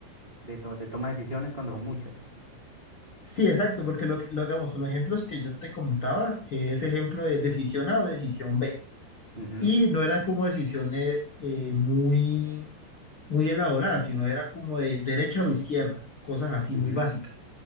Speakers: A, on the right (about 40°); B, on the left (about 55°).
A: de, to- de toma de decisiones cuando son muchas.
B: sí, exacto, porque lo que lo hagamos, los ejemplos que yo te comentaba, eh, ese ejemplo de decisión A o decisión B.
A: Ujú,
B: Y no eran como decisiones eh, muy, muy elaboradas, sino era como de derecha o izquierda, cosas así
A: ujú,
B: muy básicas.